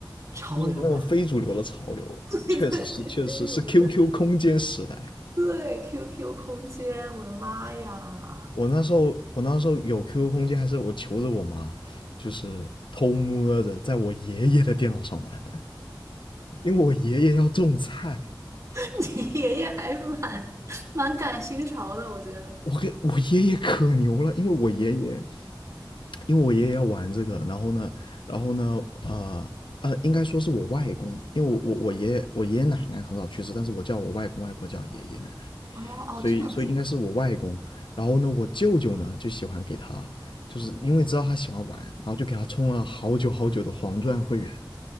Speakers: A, on the right (about 45°); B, on the left (about 85°).
A: 潮流吧，
B: 就是那种非主流的潮流，
A: <laughs> 对对对，
B: 确实是确实是
A: 非主流的，
B: QQ 空间时代。
A: 对，QQ 空间，我的妈呀，
B: 我那时候我那时候有 QQ 空间，还是我求着我妈，就是偷摸着在我爷爷的电脑上玩。因为我爷爷要种菜，
A: <laughs> 你爷爷还是蛮蛮赶新潮的，我觉得，
B: 我给我爷爷可牛了，因为我爷爷，因为我爷爷要玩这个，然后呢，然后呢，呃呃，应该说是我外公，因为我我我爷爷我爷爷奶奶很早去世，但是我叫我外公外婆叫爷爷奶奶，
A: 哦哦，
B: 所以所以应该是我外公，
A: 这样子，
B: 然后呢，我舅舅呢就喜欢给他，就是因为知道他喜欢玩，然后就给他充了好久好久的黄钻会员，